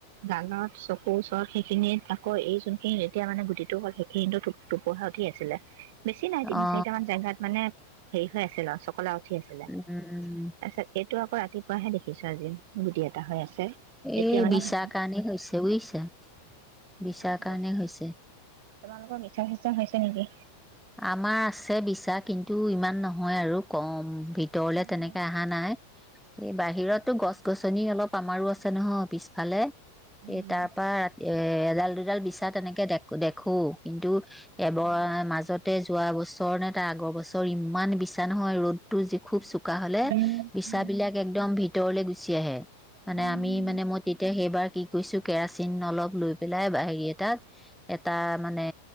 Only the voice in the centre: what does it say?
অ
উম
এই
বিছাৰ
কাৰণেই হৈছে বুজিছা?
বিছাৰ
কাৰণে
হৈছে।
আমাৰ আছে বিছা কিন্তু ইমান নহয় আৰু কম। ভিতৰলে
তেনেকে আহা নাই। এই বাহিৰতো গছ গছনি অলপ আমাৰো আছ আছে নহয় পিছফালে,
এই তাৰ পৰা ৰাত এ, এডাল দুডাল বিছা তেনেকে <unintelligible> দেখো কিন্তু এবৰ
মাজ <unintelligible> নে তাই আগৰ বছৰ ইমান বিছা নহয় ৰ'দতো যি খুব <unintelligible> হ'লে
বিছাবিলাক একদম ভি ভিতৰলৈ গুচি আহে মানে
আমি মানে মই তেতিয়া সেই কি কৈ কেৰাচিন অলপ লৈ পেলাই বা হেৰি এটাত এটা মানে